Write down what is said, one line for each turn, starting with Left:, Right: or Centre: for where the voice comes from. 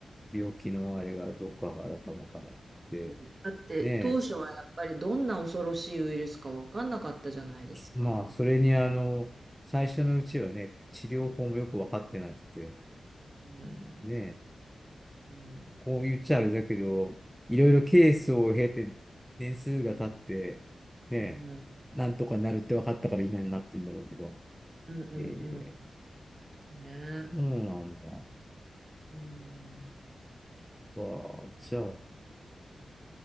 Centre: 病気のあれがどっかからたまたまで、
Right: うんだって当初はやっぱりどんな恐ろしいウイルスか分かんなかったじゃないですか。
Centre: ねえ、まあ、それにあの、最初のうちはね、治療法もよく分かってなくて、
Right: うん、
Centre: ねえ、
Right: うん、
Centre: こう言っちゃあれだけど、いろいろケースを経て、年数が経って、ねえ、
Right: うん、
Centre: なんとかなるって分かったから今になってんだろうけど、
Right: うん、うん、
Centre: ええ、
Right: うんね。
Centre: そうなんだ。
Right: うん、
Centre: わあ、じゃあ、